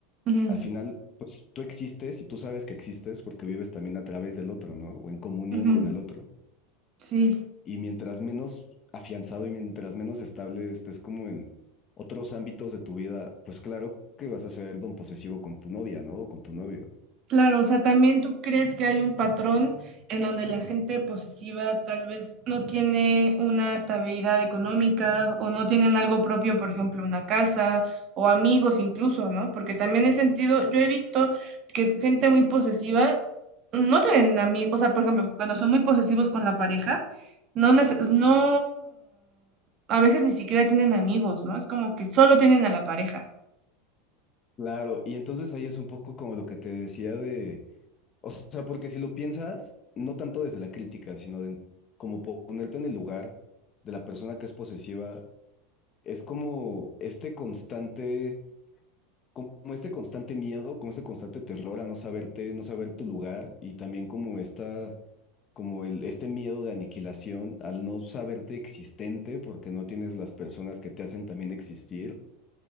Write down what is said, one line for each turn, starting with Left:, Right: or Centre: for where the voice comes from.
Right: ujú,
Left: Al final, pues tú existes y tú sabes que existes porque vives también a través del otro, ¿no? O en comunión
Right: ujú.
Left: con el otro.
Right: Sí.
Left: Y mientras menos afianzado y mientras menos estable estés como en otros ámbitos de tu vida, pues claro que vas a ser don posesivo con tu novia, ¿no? O con tu novio.
Right: Claro, o sea, también tú crees que hay un patrón en donde la gente posesiva tal vez no tiene una estabilidad económica o no tienen algo propio, por ejemplo, una casa o amigos incluso, ¿no? Porque también he sentido, yo he visto que gente muy posesiva no tienen amigos, o sea, por ejemplo, cuando son muy posesivos con la pareja, no, nece- no, a veces ni siquiera tienen amigos, ¿no? Es como que solo tienen a la pareja.
Left: Claro, y entonces ahí es un poco como lo que te decía de O sea, porque si lo piensas, no tanto desde la crítica, sino de como ponerte en el lugar de la persona que es posesiva, es como este constante, como este constante miedo, como este constante terror a no saberte, no saber tu lugar y también como esta, como el, este miedo de aniquilación al no saberte existente porque no tienes las personas que te hacen también existir.